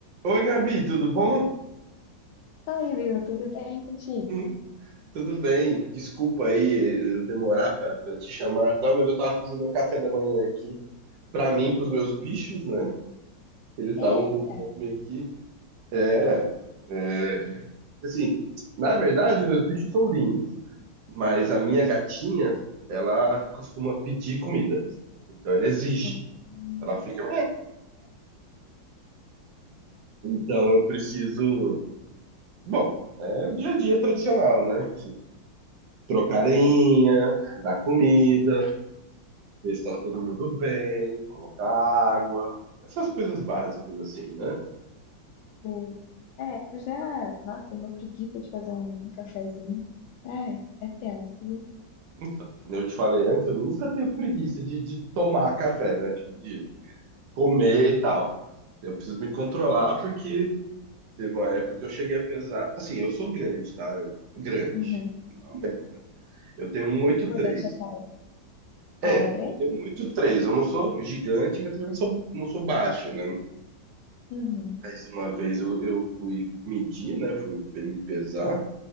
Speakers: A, on the right; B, on the left.
A: Oi, Gabi, tudo bom?
B: Oi, Will, tudo bem contigo?
A: Hum, Tudo bem. Desculpa aí eu demorar pra pra te chamar e tal, mas eu tava fazendo meu café da manhã aqui pra mim, pros meus bichos, né? Eles estavam
B: Eita!
A: com fome aqui. É, é, assim, na verdade, meus bichos são lindos, mas a minha gatinha, ela costuma pedir comida. Então ela exige.
B: Hum.
A: Ela fica. Então eu preciso. Bom, é o dia a dia tradicional, né? trocarinha, dar comida, ver se tá todo mundo bem, colocar água, essas coisas básicas assim, né?
B: <laughs> É, eu já. Nossa, tenho uma preguiça de fazer um, um cafezinho. Ai, é tenso. viu?
A: Então, como eu te falei antes, eu nunca tenho preguiça de, de tomar café, né? Tipo, de comer e tal. Eu preciso me controlar porque teve uma época que eu cheguei a pesar. Assim, eu sou grande, tá? Eu, grande.
B: Uhum.
A: Ao menos, né? Eu tenho um oito
B: Modéstia
A: três.
B: à parte. Alegre?
A: É, eu tenho um oito três. Eu não sou gigante, mas também não sou, não sou baixo, né?
B: Uhum.
A: Mas uma vez eu, eu fui medir, né? Fui pe- me pesar